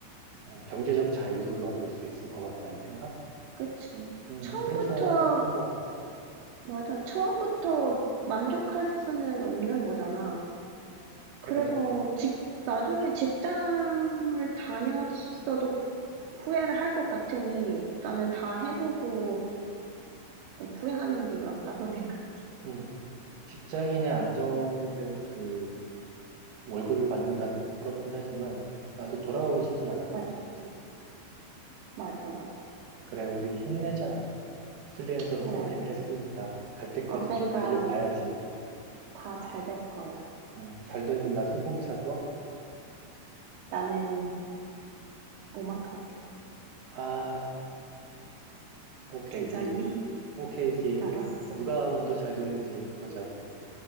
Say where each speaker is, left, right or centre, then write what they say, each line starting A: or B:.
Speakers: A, on the right (about 70°); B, on the right (about 85°).
A: 어, 경제적 자유를 얻을 수 있을 것 같다는 생각?
B: 그치.
A: 음,
B: 처음부터,
A: 그래서 쓰는 것 같아.
B: 맞아. 처음부터
A: 음,
B: 만족할 수는 없는 거잖아.
A: 그래.
B: 그래서 직, 나중에 직장을 다녔어도 후회를 할 것 같으니 나는 다 해보고 조금 후회하는 게 낫다고 <laughs> 생각해.
A: 음, 직장인의 안정된 그 월급을 받는다는 게 부럽긴 하지만 나도 돌아가고 싶진 않은 것
B: 맞아,
A: 같아. 그치?
B: 맞아, 맞아.
A: 그래, 우리 힘내자. 프리랜서로
B: 그래.
A: 선택을 했으니까 갈 때까지
B: 언젠간
A: 쭉 달려봐야지.
B: 다 잘 될 거야.
A: 음, 잘 되면 나 소고기 사줘?
B: 나는 오마카세.
A: 아, 오케이,
B: 괜찮니?
A: 딜. 오케이, 딜.
B: 알았어.
A: 누가 먼저 잘 되는지 보자.